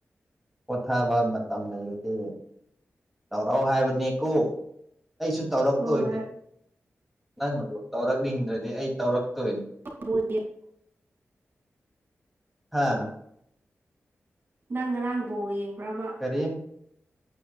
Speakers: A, in the centre; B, on the right (about 50°).
A: ꯄꯣꯊꯕ ꯃꯇꯝ ꯂꯩꯔꯗꯤ ꯇꯧꯔꯑꯣ ꯍꯥꯏꯕꯅꯦꯀꯣ ꯑꯩꯁꯨ꯫ ꯇꯧꯔꯛꯇꯣꯏꯅꯤ
B: ꯍꯣꯏ
A: ꯅꯪꯅꯕꯨ ꯇꯧꯔꯛꯅꯤꯡꯗ꯭ꯔꯗꯤ ꯑꯩ ꯇꯧꯔꯛꯇꯣꯏꯅꯤ꯫
B: ꯍꯣꯏ
A: ꯍꯥꯥ
B: ꯅꯪ ꯉꯔꯥꯡ ꯕꯣ ꯌꯦꯡꯕ꯭ꯔꯥꯕ꯫
A: ꯀꯔꯤ